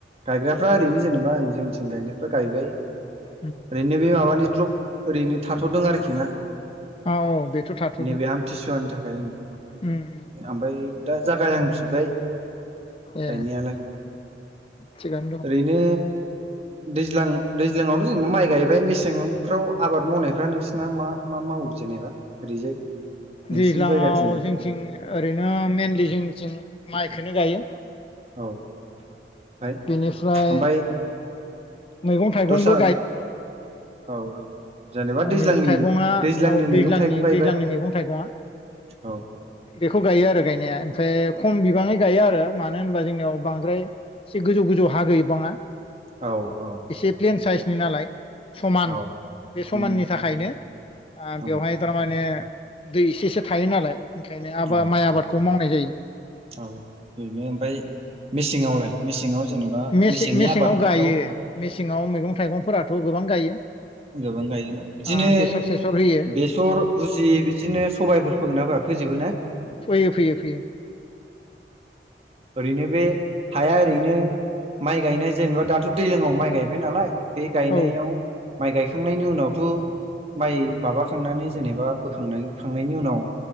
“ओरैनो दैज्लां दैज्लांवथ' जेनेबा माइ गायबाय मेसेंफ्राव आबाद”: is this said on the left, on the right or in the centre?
Right